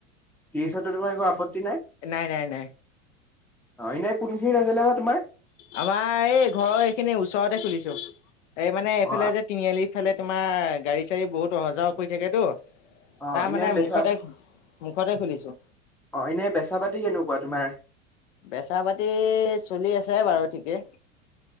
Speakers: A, in the centre; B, on the left.
A: ত্ৰিশত টো তোমাৰ একো আপত্তি নাই।
B: নাই, নাই, নাই।
A: অ, এনেই কোনখিনিত আছিলে বা তোমাৰ?
B: আমাৰ এই ঘৰৰ এইখিনি ওচৰতে খুলিছোঁ। এই মানে এইফালে
A: অ
B: যে তিনিআলিত। <inaudible> এইফালে তোমাৰ গাড়ী-চাড়ী বহুত অহা যোৱা কৰি থাকেতো।
A: অ
B: তাৰ
A: এনে
B: মানে
A: বেচা
B: মুখতে মুখতে খুলিছোঁ।
A: অ, এনেই বেছা পাতি কেনেকুৱা তোমাৰ?
B: বেছা পাতি চলি আছে বাৰু ঠিকেই।